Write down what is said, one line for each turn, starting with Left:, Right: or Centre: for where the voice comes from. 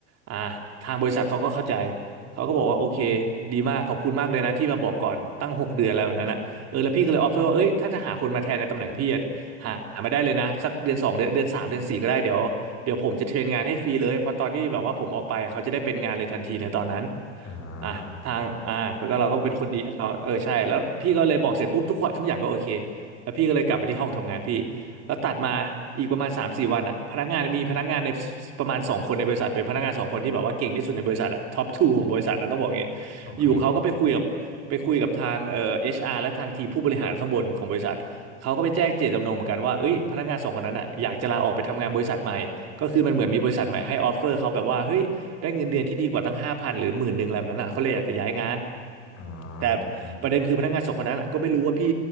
Right: อ่าทางบริษัทเขาก็เข้าใจเขาก็บอกว่าโอเคดีมากขอบคุณมากเลยนะที่มาบอกก่อนตั้งหกเดือนอะไรแบบนั้นอ่ะเออแล้วพี่ก็เลยออฟเฟอร์ว่าเอ้ยถ้าจะหาคนมาแทนในตำแหน่งพี่อะหามาได้เลยนะสักเดือนสองเดือนเดือนสามเดือนสี่ก็ได้เดี๋ยว เดี๋ยวผมจะเทรนงานให้ฟรีเลยเพราะตอนที่แบบว่าผมออกไปเขาจะได้เป็นงานเลยทันทีในตอนนั้น
Left: อ่า
Right: อ่ะทางอ่าแล้วก็เราก็เป็นคนดีให้เขาเออใช่แล้วพี่ก็เลยบอกเสร็จปุ๊บทุกคนทุกอย่างก็โอเคแล้วพี่ก็เลยกลับไปที่ห้องทำงานพี่แล้วตัดมาอีกประมาณสามสี่วันอ่ะพนักงานมีพนักงานในประมาณสองคนในบริษัทเป็นพนักงานสองคนที่แบบว่าเก่งที่สุดในบริษัทอ่ะท็อปทูของบริษัทนะต้องบอกงี้
Left: โอเคครับ
Right: อยู่เขาก็ไปคุยกับไปคุยกับทางเอ่อเอชอาร์และทางทีมผู้บริหารข้างบนของบริษัทเขาก็ไปแจ้งเจตจำนงเหมือนกันว่าเอ้ยพนักงานสองคนนั้นอ่ะอยากจะลาออกไปทำงานบริษัทใหม่ ก็คือมันเหมือนมีบริษัทใหม่ให้ออฟเฟอร์เขาแบบว่าเฮ้ยได้เงินเดือนที่ดีกว่าตั้งห้าพันหรือหมื่นหนึ่งอะไรแบบนั้นอ่ะเขาเลยอยากจะย้ายงาน
Left: อ่า
Right: แต่
Left: ครับ
Right: ประเด็นคือพนักงานสองคนนั้นอะก็ไม่รู้ว่าพี่